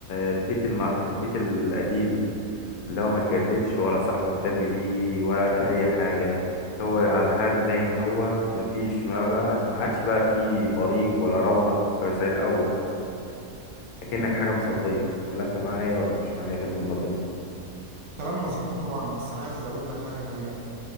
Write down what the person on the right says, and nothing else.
كلام مظبوط طبعا بس أنا عايز أزود لك حاجة كمان